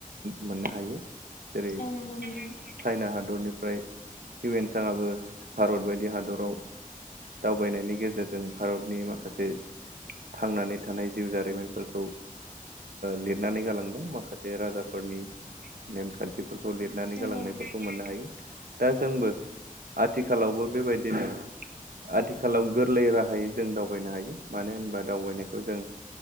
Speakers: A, on the right; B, on the left.
A: मोननो हायो जेरै
B: औ नंगौ नोंथां
A: चाइना हादरनिफ्राय हुयेनसांआबो भारत बायदि हादराव दावबायनायनि गेजेरजों भारतनि माखासे थांनानै थानाय जिउ जारिमिनफोरखौ ओ लिरनानै गालांदों माखासे राजाफोरनि नेमखान्थिफोर खौ लिरनानै
B: नंगौ
A: गालांनायफोरखौ
B: नोंथां
A: मोननो हायो दा जोंबो
B: औ
A: आथिखालावबो बेबायदिनो आथिखालाव गोरलै राहायै जों दावबायनो हायो मानो होनबा दावबायनायखौ जों